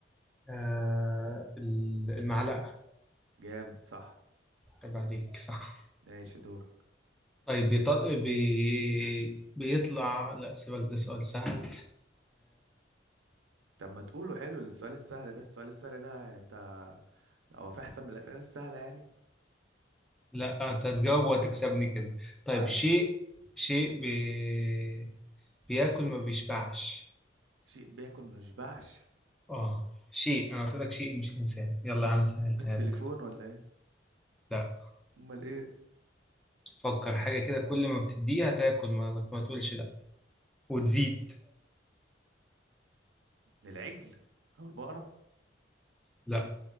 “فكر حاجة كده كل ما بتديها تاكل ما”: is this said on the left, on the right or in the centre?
Centre